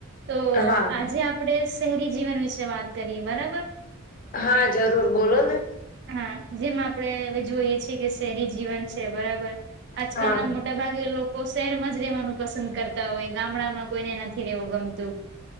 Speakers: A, on the right (about 50°); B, on the left (about 40°).
A: તો
B: હા
A: આજે આપ ણે શહેરી જીવન વિશે વાત કરીએ. બરાબર?
B: હા, જરૂર બોલો ને.
A: હા. જેમ આપણે હવે જોઈએ છીએ કે શહેરી જીવન છે બરાબર આજકાલના
B: હા
A: મોટા ભાગે લોક કો શહેરમાંજ રેવાનું પસંદ કરતા હોય, ગામડામાં કોઈને નથી રહેવું ગમતું.